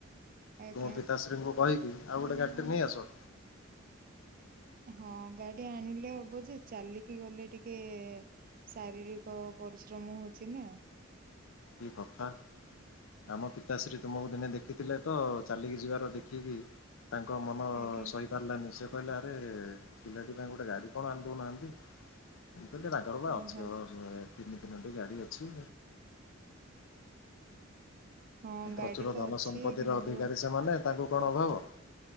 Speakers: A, on the right (about 45°); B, on the left (about 70°).
A: ଆଜ୍ଞା
B: ତୁମ ପିତାଶ୍ରୀଙ୍କୁ କହିି ଆଉ ଗୋଟେ ଗାଡ଼ିଟେ ନେଇ ଆସ।
A: ହଁ ଗାଡି ଆଣିଲେ ହବ ଯେ, ଚାଲିକି ଗଲେ ଟିକେ ଶାରୀରିକ ପରିଶ୍ରମ ହଉଛି ନା।
B: କି କଥା ଆମ ପିତାଶ୍ରୀ ତୁମକୁ ଦିନେ ଦେଖିଥିଲେ ତ, ଚାଲିକି ଯିବାର ଦେଖିକି ତାଙ୍କ ମନ
A: ଆଜ୍ଞା
B: ସହି ପାରିଲାନି ସେ କହିଲା ଆରେ ପିଲାଟି ପାଇଁ ଗୋଟେ ଗାଡି କଣ ଆଣ ଦଉନାହାନ୍ତି ମୁଁ କହିଲି ରାଗ ରୁଗା
A: ଓହୋ
B: ଅଛି ବୋଧେ ତିନି ତିନଟି ଗାଡି ଅଛି।
A: ହଁ
B: ପ୍ରଚୁର
A: ଗାଡି ତ
B: ଧନ
A: ଅଛି
B: ସମ୍ପତ୍ତି
A: କିନ୍ତୁ
B: ର ଅଧିକାରୀ ସେମାନେ। ତାଙ୍କୁ କଣ ଅଭାବ।